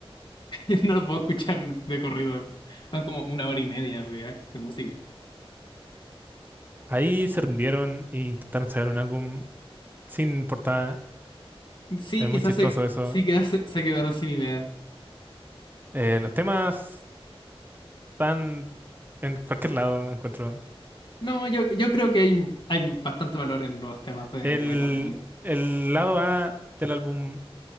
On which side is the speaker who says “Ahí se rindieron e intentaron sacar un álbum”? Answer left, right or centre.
Right